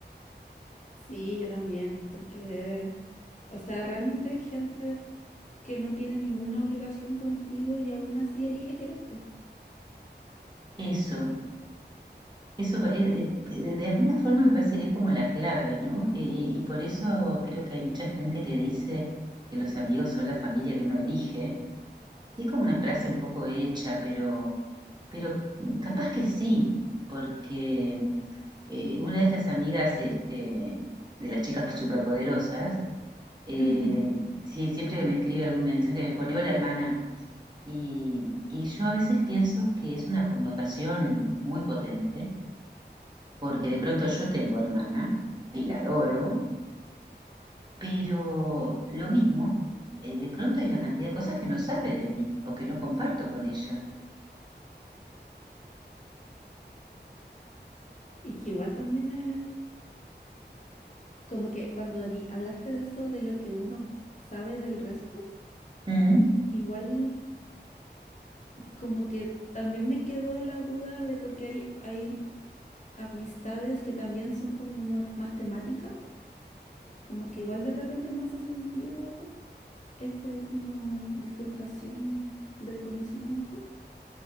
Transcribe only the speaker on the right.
Eso. Eso, eh, eh, de alguna forma me parece que es como la clave, ¿no? Y, y por eso creo que hay mucha gente que dice que los amigos son la familia que uno elige. Y es como una
frase un poco hecha, pero, pero capaz que sí, porque eh, una de estas amigas este, de las chicas superpoderosas, eh,
sí, siempre que me escribe algún mensaje me pone, hola hermana, y, y yo a veces pienso que es una connotación muy potente porque de pronto yo tengo hermana y la adoro, pero lo mismo, eh, de pronto hay una cantidad de cosas que no sabe de mí o que no comparto con ella.
Mm,